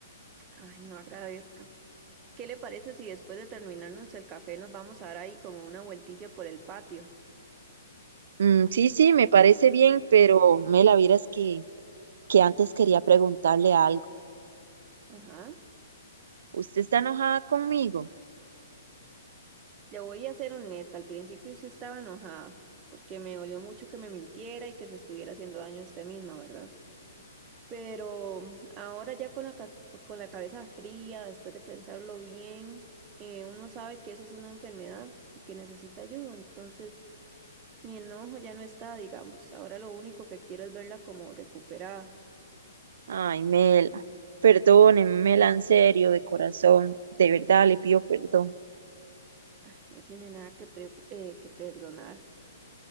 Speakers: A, on the right; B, on the right.
A: Ay, no agradezca. ¿Qué le parece si después de terminarnos el café nos vamos a dar ahí como una vueltilla por el patio?
B: Mm, sí, sí, me parece bien, pero Mela, vieras que, que antes quería preguntarle algo.
A: Ajá.
B: ¿Usted está enojada conmigo?
A: Le voy a ser honesta, al principio sí estaba enojada, porque me dolió mucho que me mintiera y que se estuviera haciendo daño a usted misma, ¿verdad? Pero ahora ya con la, cas- con la cabeza fría, después de pensarlo bien, eh, uno sabe que eso es una enfermedad y que necesita ayuda. Entonces, mi enojo ya no está, digamos. Ahora lo único que quiero es verla como recuperada.
B: Ay, Mela, perdóneme, Mela, en serio, de corazón, de verdad le pido perdón.
A: Ay, no tiene nada que, preocu- eh, que perdonar.